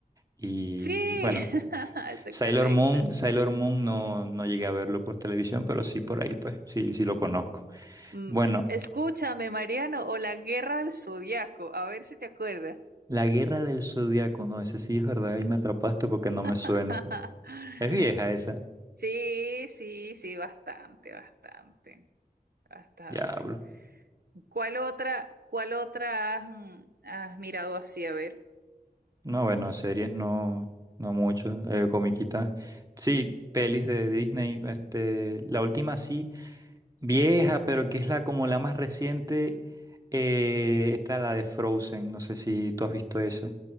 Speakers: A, on the right; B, on the right.
A: y
B: Sí,
A: bueno,
B: <laughs> eso
A: Sailor
B: es correcto.
A: Moon, Sailor Moon no, no llegué a verlo por televisión, pero sí por ahí, pues, sí, sí lo conozco.
B: Mm,
A: Bueno,
B: Escúchame, Mariano, o La Guerra del Zodiaco, a ver si te acuerdas.
A: La Guerra del Zodiaco, no, ese sí es verdad, ahí me atrapaste porque no me
B: <laughs>
A: suena. Es vieja esa,
B: Sí, sí, sí, bastante, bastante, bastante.
A: ya
B: ¿Cuál otra, cuál otra has, mm, has mirado así? A ver.
A: No, bueno, series no, no mucho, eh, comiquitas. Sí, pelis de Disney, este, la última sí, vieja, pero que es la como la más reciente, eh, está la de Frozen, no sé si tú has visto esa.